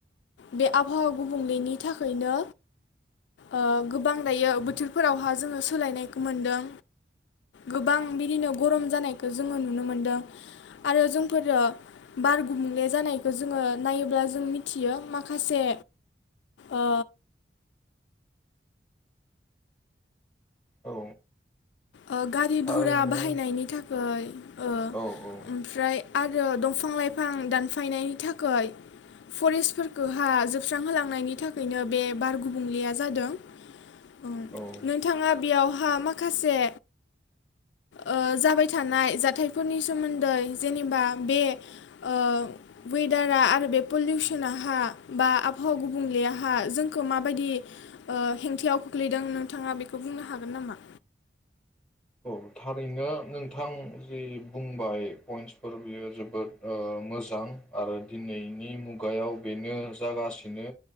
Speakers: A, on the left; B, in the centre.
A: बे आबहावा गुबुंलेनि थाखायनो ओ गोबां दायो बोथोरफोरावहा जोङो सोलायनायखौ मोनदों गोबां बिदिनो गरम जानायखौ जोङो नुनो मोनदों आरो जोंफोरो बार गुबुंले जानायखौ जोङो नायोब्ला जों मिथियो माखासे ओ
B: औ
A: ओ गारि
B: थारैनो
A: धुरा बाहायनायनि थाखाय ओ
B: औ औ
A: ओमफ्राय आरो दंफां लाइफां दानफायनायनि थाखाय फरेस्टफोरखौहा जोबस्रांहोलांनायनि थाखायनो बे बार गुबुंलेया जादों उम
B: औ
A: नोंथाङा बेयाव हा माखासे ओ जाबाय थानाय जाथायफोरनि सोमोन्दै जेनेबा बे ओ वेदारा आरो बे पलिउसनहा बा आबहावा गुबुंलेया हा जोंखौ माबायदि ओ हेंथायाव खोख्लैदों नोंथाङा बेखौ बुंनो हागोन नामा
B: औ थारैनो नोंथां जि बुंबाय पइन्टसफोर बेयो जोबोद ओ मोजां आरो दिनैनि मुगायाव बेनो जागासिनो